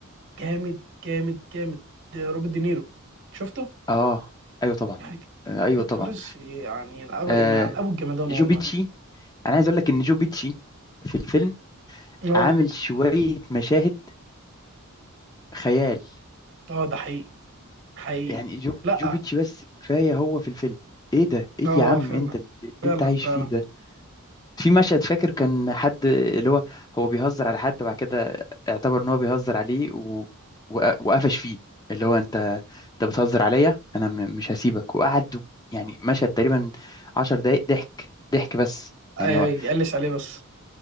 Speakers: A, on the right; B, on the left.
A: جامد جامد جامد ده روبرت دينيرو شفته
B: اه ايوه طبعا
A: يعني
B: آه، ايوه
A: جود
B: طبعا
A: فلس يعني ينعب
B: آه،
A: ينعل ابو الجمدان
B: جوبيتشي
A: والله
B: انا عايز اقول لك ان جو بيتشي في الفيلم
A: اه
B: عامل شويه مشاهد خيال
A: اه ده حقيقي حقيقي
B: يعني جو
A: لا
B: جو بيتشي بس كفايه هو في الفيلم ايه ده ايه
A: اه
B: يا عم
A: فعلا
B: انت اللي اللي
A: فعلا
B: انت عايش
A: فعلا
B: فيه ده في مشهد فاكر كان حد اللي هو هو بيهزر على حد وبعد كده اعتبر ان هو بيهزر عليه و... وق- وقفش فيه اللي هو انت انت بتهزر عليا انا م... مش هسيبك وقعد يعني مشهد تقريبا عشر دقايق ضحك ضحك بس
A: اي
B: يعني هو
A: اي قلش عليه بس